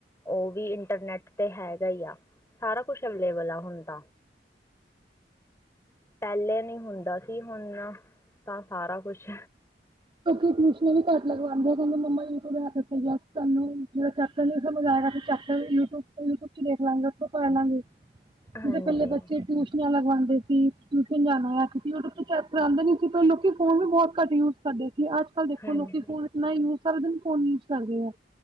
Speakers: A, on the left (about 15°); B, on the right (about 25°).
A: ਉਹ ਵੀ ਇੰਟਰਨੈਟ ਤੇ ਹੈਗਾ ਈ ਆ ਸਾਰਾ ਕੁਛ ਅਵੇਲੇਬਲ ਆ ਹੁਣ ਤ ਪਹਿਲੇ ਨੀ ਹੁੰਦਾ ਸੀ ਹੁਣ ਤਾਂ ਸਾਰਾ ਕੁਛ
B: ਕਿਉਂਕਿ ਟਿਊਸ਼ਨ ਵੀ ਘੱਟ ਲਗਵਾਉਂਦੇ ਮੰਮਾ ਯੂਿਬ ਨੂੰ ਜਿਹੜਾ ਚੈਪਟਰ ਨੀ ਸਮਝ ਆ ਰਿਹਾਆ ਚੈਪ ਯੂਿਬ ਯੂਿ ਚ ਦੇਖ ਲਾਂਗੇ ਉੱਥੋਂ ਪੜ ਲਾਂਗੇ
A: ਹਾਂਜੀ
B: । ਕੱਲੇ ਬੱਚੇ ਟਿਊਸ਼ਨ ਨਾਲ ਲਾ ਕੇ ਉਂਦੇ ਸੀ ਟਿਊਸ਼ਨ ਜਾਣਾ ਕਿ ਉਹ ਕੋ ਚੈਪਟਰ ਆਉਂਦੇ ਨੀ ਸੀ ਲੋਕੀ ਫੋਨ ਵੀ ਬਹੁਤ ਘੱਟ ਯੂਜ ਸਾਡੇ ਕਿ ਅੱਜ ਕੱਲ ਦੇਖੋ
A: ਹਾਂਜੀ
B: ਲੋਕੀ ਹੁਣ ਇੰਨਾ ਹੀ ਸਾਰੇ ਦਿਨ ਫੋਨ ਯੂਜ ਕਰਦੇ ਆ